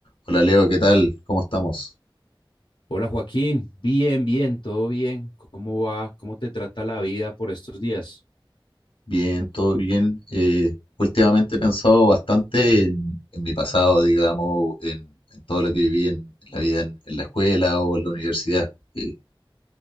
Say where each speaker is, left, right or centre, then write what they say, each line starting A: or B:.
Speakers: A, on the left; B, on the left.
A: Hola Leo, ¿qué tal? ¿Cómo estamos?
B: Hola Joaquín, bien, bien, todo bien. ¿Cómo va? ¿Cómo te trata la vida por estos días?
A: Bien, todo bien. Eh, últimamente he pensado bastante en, en mi pasado, digamos, en, en todo lo que viví en, en la vida en, en la escuela o en la universidad, eh,